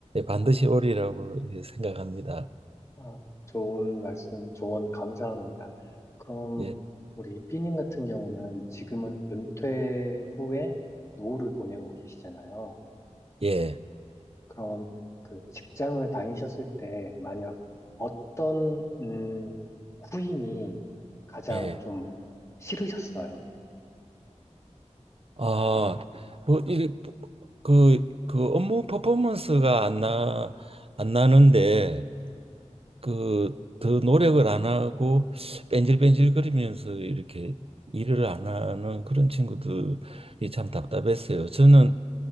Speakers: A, on the right (about 50°); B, on the left (about 25°).
A: 반드시 오리라고 예, 생각합니다.
B: 아, 좋은 말씀, 조언 감사합니다. 그럼
A: 예,
B: 우리 삐님 같은 경우는 지금은 은퇴 후에 노후를 보내고 계시잖아요.
A: 예,
B: 그럼 그 직장을 다니셨을 때 만약 어떤, 음, 후임이 가장
A: 예.
B: 좀 싫으셨어요?
A: 아, 뭐, 이, 그, 그 업무 퍼포먼스가 안 나, 안 나는데, 그, 더 노력을 안 하고, 뺀질뺀질거리면서 이렇게 일을 안 하는 그런 친구들이 참 답답했어요. 저는